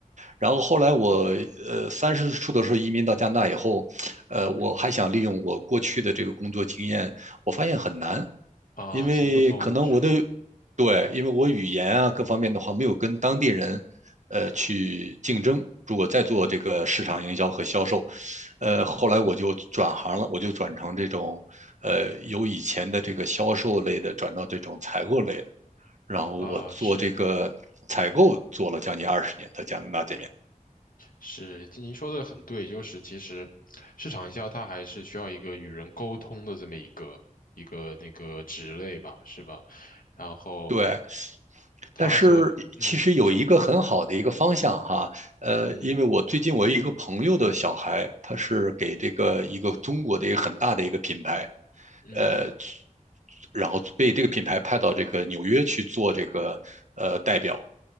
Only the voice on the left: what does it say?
嗯哼，
啊行不通是吗？
嗯
啊是。
是，您说的很对，就是其实市场营销它还是需要一个与人沟通的这么一个一个那个职类吧，是吧？然后
它所，
嗯，你说，
嗯
嗯